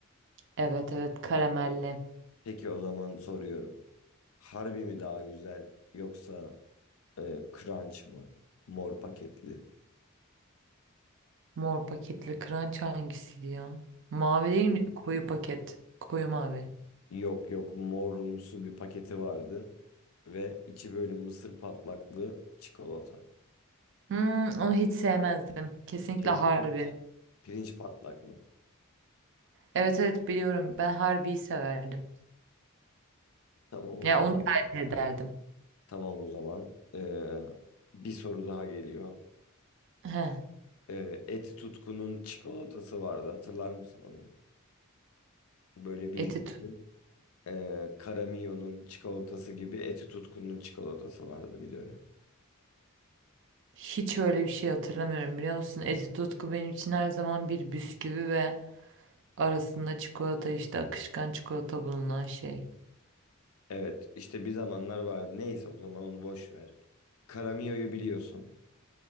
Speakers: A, on the right (about 60°); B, on the left (about 75°).
A: Evet evet karamelli.
B: Peki o zaman soruyorum. Harbi mi daha güzel yoksa e, Crunch mı? Mor paketli.
A: Mor paketli crunch hangisiydi ya? Mavi değil mi? Koyu paket. Koyu mavi.
B: Yok yok morumsu bir paketi vardı ve içi böyle mısır patlaklı çikolata.
A: Hmm, onu hiç sevmezdim. Kesinlikle
B: Şey
A: harbi.
B: pirinç. Pirinç patlaklı.
A: Evet evet biliyorum. Ben harbiyi severdim.
B: Tamam o
A: Ya
B: zaman.
A: onu tercih ederdim.
B: Tamam o zaman. Ee, bir soru daha geliyor.
A: Heh,
B: Ee, Eti Tutku'nun çikolatası vardı hatırlar mısın onu? Böyle bildiğin.
A: Etitut.
B: Ee, Caramio'nun çikolatası gibi Eti Tutku'nun çikolatası vardı bir dönem.
A: Hiç öyle bir şey hatırlamıyorum biliyor musun? Eti tutku benim için her zaman bir bisküvi ve arasında çikolata işte akışkan çikolata bulunan şey.
B: Evet işte bir zamanlar vardı. Neyse o zaman onu boş ver. Caramio'yu biliyorsun.